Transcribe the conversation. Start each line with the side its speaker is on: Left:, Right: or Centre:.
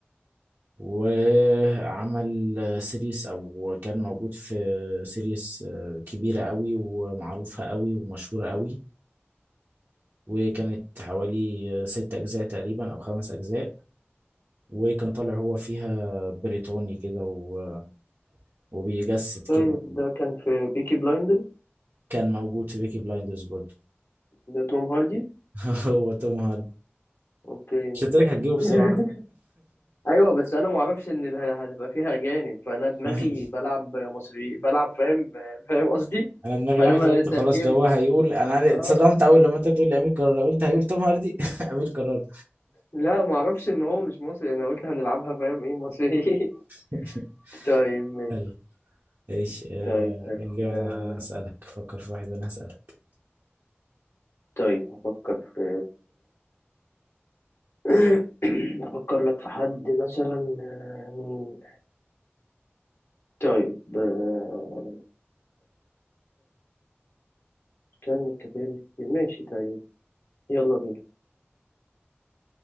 Right: وعمل سيريس او كان موجود في سيريس آه، كبيرة قوي ومعروفة قوي ومشهورة قوي وكانت حوالي ست اجزاء تقريبا او خمس اجزاء وكان طالع هو فيها بريطاني كده و... وبيجسد
Left: طيب
Right: كده
Left: ده كان في بيكي بلايندرز
Right: كان موجود في بيكي بلايندرز برضه
Left: ده توم هاردي
Right: <laughs> هو توم هاردي
Left: اوكي ماشي
Right: مش هتدرك هتجيبه بسرعة
Left: <laughs> ايوه بس انا ما اعرفش ان ال- هتبقى فيها اجانب فانا دماغي
Right: <laughs>
Left: بلعب مصري بلعب فاهم فاهم قصدي
Right: انا دماغي
Left: فانا
Right: راحت
Left: ما
Right: قلت
Left: ترجمتش
Right: خلاص ده هو هيقول انا عارف-
Left: اه
Right: اتصدمت اول لما انت بتقول لي امير كرارة قلت هيقول توم هاردي <laughs> امير كرارة
Left: لا ما اعرفش ان هو مش مصري انا قلت هنلعبها فاهم ايه مصري
Right: <laughs>
Left: <laughs> طيب ماشي
Right: حلو ايش آه،
Left: طيب حلو
Right: قول لي انا
Left: آه
Right: اسالك فكر في واحد وانا هسالك
Left: طيب افكر في <coughs> <clears throat> افكر لك في حد مثلا آه، مين طيب آه، كان الكثير ماشي طيب يلا بينا